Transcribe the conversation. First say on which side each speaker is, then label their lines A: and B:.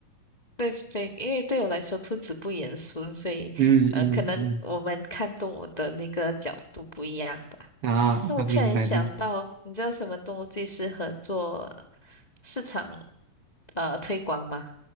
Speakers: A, on the left; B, on the right.
A: 对对，因为对我来说，兔子不严肃，所以呃，
B: 嗯嗯嗯，
A: 可能我们看动物的那个角度不一样吧。
B: 啊啊，
A: 那我突然想到，
B: 明白明白。
A: 你知道什么动物最适合做市场呃推广吗？